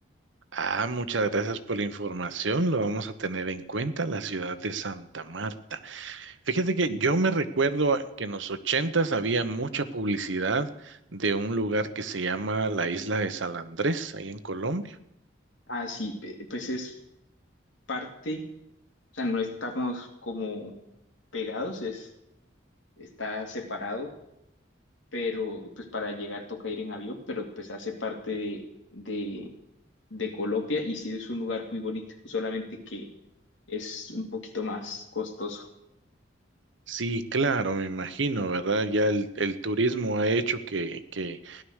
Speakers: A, on the right (about 75°); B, on the left (about 75°).
A: Ah, muchas gracias por la información. Lo vamos a tener en cuenta, la ciudad de Santa Marta. Fíjate que yo me recuerdo a- que en los ochentas había mucha publicidad de un lugar que se llama la Isla de San Andrés, ahí en Colombia.
B: Ah, sí, eh, pues es parte, o sea, no estamos como pegados, es, está separado, pero pues para llegar toca ir en avión, pero pues hace parte de, de, de Colombia y sí es un lugar muy bonito, solamente que es un poquito más costoso.
A: Sí, claro, me imagino, ¿verdad? Ya el, el turismo ha hecho que, que,